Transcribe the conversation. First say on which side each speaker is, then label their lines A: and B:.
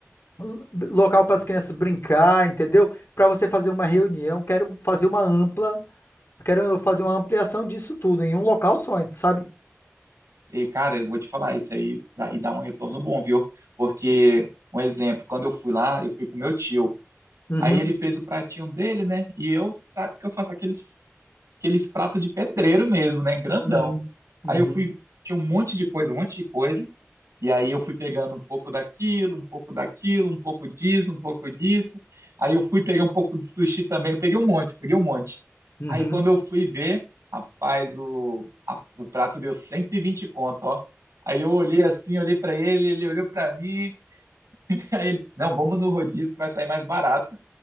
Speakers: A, on the left (about 55°); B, on the right (about 85°).
A: lo- local para as crianças brincar, entendeu? Para você fazer uma reunião, quero fazer uma ampla, quero fazer uma ampliação disso tudo em um local só, sabe?
B: E cara, eu vou te falar isso aí dá- e dá um retorno bom, viu? Porque, um exemplo, quando eu fui lá, eu fui com meu tio.
A: Uhum,
B: Aí ele fez o pratinho dele, né? E eu, sabe que eu faço aqueles, aqueles pratos de pedreiro mesmo, né? Grandão.
A: uhum, uhum,
B: Aí eu fui, tinha um monte de coisa, um monte de coisa. E aí eu fui pegando um pouco daquilo, um pouco daquilo, um pouco disso, um pouco disso. Aí eu fui pegar um pouco de sushi também. Eu peguei um monte, peguei um monte.
A: uhum,
B: Aí quando eu fui ver, rapaz, o, a- o prato deu 120 conto, ó. Aí eu olhei assim, olhei pra ele, ele olhou pra mim. <laughs> Aí ele, não, vamos no rodízio que vai sair mais barato.